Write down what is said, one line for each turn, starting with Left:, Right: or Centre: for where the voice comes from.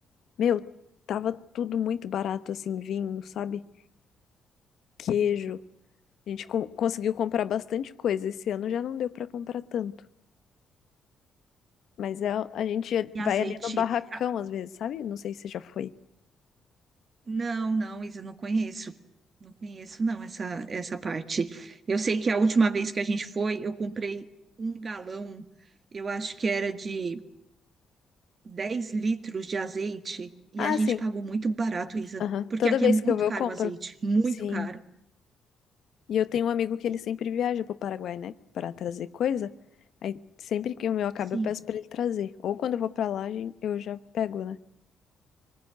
Left: meu, tava tudo muito barato, assim, vinho, sabe? Queijo.
Right: Então.
Left: A gente co- conseguiu comprar bastante coisa. Esse ano já não deu pra comprar tanto. Mas é, a gente
Right: E
Left: vai
Right: azeite?
Left: ali no barracão
Right: Ah,
Left: às vezes, sabe? Não sei se você já foi.
Right: Não, não, Isa, não conheço. Não conheço, não, essa, essa parte. Eu sei que a última vez que a gente foi, eu comprei um galão, eu acho que era de 10 litros de azeite e
Left: Ah,
Right: a gente
Left: sim.
Right: pagou muito barato, Isa,
Left: Aham.
Right: porque
Left: Toda
Right: aqui
Left: vez
Right: é muito
Left: que eu vou,
Right: caro
Left: eu compro.
Right: o azeite, muito
Left: Sim.
Right: caro.
Left: E eu tenho um amigo que ele sempre viaja pro Paraguai, né? Pra trazer coisa. Aí sempre que o meu acaba,
Right: Sim,
Left: eu peço pra ele trazer. Ou quando eu vou pra lá, a gen- eu já pego, né?